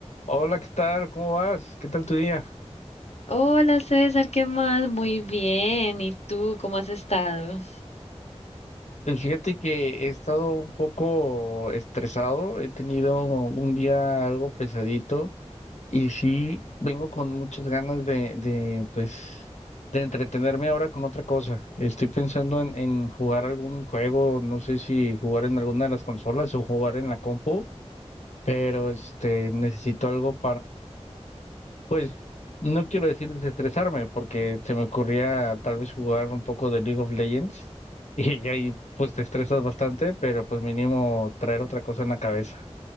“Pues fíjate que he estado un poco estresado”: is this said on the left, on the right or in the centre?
Left